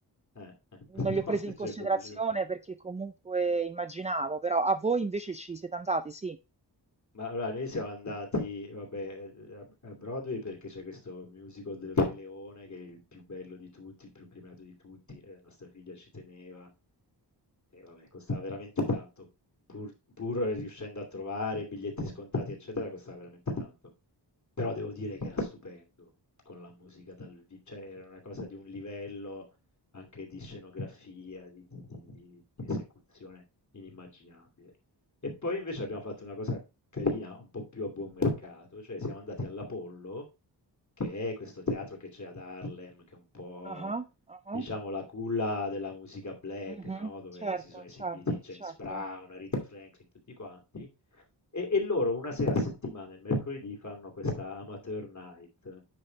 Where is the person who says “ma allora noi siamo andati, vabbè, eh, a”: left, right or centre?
Left